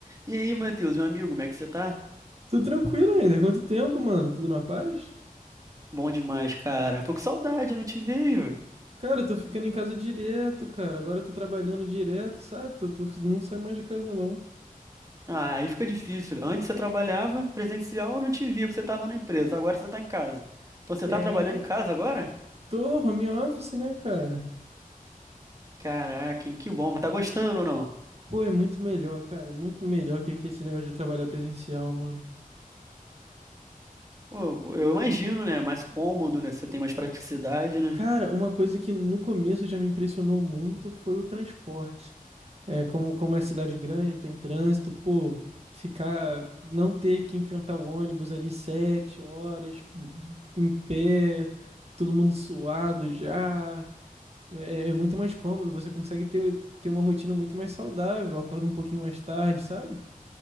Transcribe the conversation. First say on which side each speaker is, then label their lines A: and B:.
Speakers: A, on the right; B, on the right.
A: E aí, Matheus, meu amigo, como é que você tá?
B: Tô tranquilo ainda. Quanto tempo, mano? Tudo na paz?
A: Bom demais, cara. Tô com saudade, eu não te vejo.
B: Cara, eu tô ficando em casa direto, cara. Agora eu tô trabalhando direto, sabe? Tô, tô- não saio mais de casa, não.
A: Ah, aí fica difícil. Antes você trabalhava presencial, eu não te via, porque você tava na empresa. Agora você tá em casa. Então você
B: É,
A: tá trabalhando em casa agora?
B: tô home office, né, cara?
A: Caraca, hein, que bom. Mas tá gostando ou não?
B: Pô, é muito melhor, cara. Muito melhor que, que esse negócio de trabalhar presencial, mano.
A: Pô, pô, eu imagino, né? Mais cômodo, né? Você tem mais praticidade, né?
B: Cara, uma coisa que no começo já me impressionou muito foi o transporte. É, como, como é cidade grande, tem trânsito, pô, ficar, não ter que enfrentar o ônibus ali sete horas, em pé, todo mundo suado já, é, é é muito mais cômodo, você consegue ter, ter uma rotina muito mais saudável, acorda um pouquinho mais tarde, sabe?